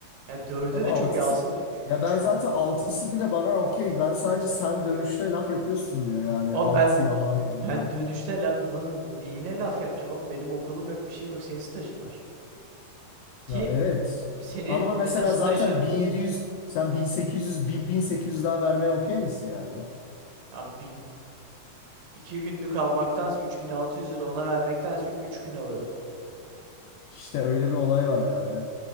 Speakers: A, on the right; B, on the left.
A: Ya dördü
B: Ama
A: de
B: altısı
A: çok iyi aslında 3
B: ya
A: 3
B: ben zaten altısı bile bana okey. Ben sadece sen dönüşte laf yapıyorsun diye yani
A: Oğlum
B: altıya
A: ben
B: hayır
A: ben
B: diyorum.
A: dönüşte la, na- neyine laf yapacağım oğlum benim okulum yok bir şeyim yok senin stajın var. Ki
B: Ya evet.
A: senin
B: Ama
A: mesela
B: mesela
A: stajın
B: zaten 1700 sen 1800 bir 1800 daha vermeye okey misin yani?
A: yani iki günlük almaktansa 3600 lira ona vermektense 3 gün alırım.
B: İşte öyle bir olay var yani.